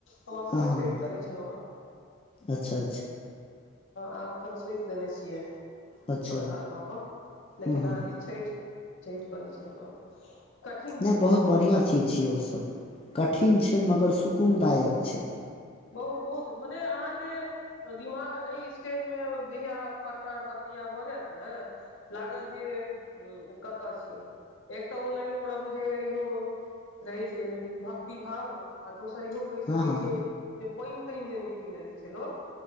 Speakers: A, on the left; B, on the left.
A: हम अपनो
B: हँ हँ
A: छठि करै छलहुँ हँ।
B: अच्छा -अच्छा।
A: आब अखन सोंइप देने छियै।
B: अच्छा
A: छ साल कऽ क लेकिन
B: हँ हँ
A: अहाँके छठि, छठि करैय छलहुँ हेँ। कठिन
B: नहय
A: छै
B: बहुत
A: ओहो
B: बढ़िआँ चीज छियै ओसभ कठिन छैय मगर सुकूनदायक छैय।
A: बहुत -बहुत मने अहाँके दिमाग एहि स्टेजमे जहिया परना रहत तहिया भ जायत ने लागत जे कतऽ छी एक तऽ ओनाहि ओ हमरा बुझैए इहो रहै छैय भक्ति भाव आ दोसर इहो
B: हँ
A: कहि सकैय
B: हँ हँ
A: छियै जे पानि तानि जे नहि पीने रहैय छैय लोक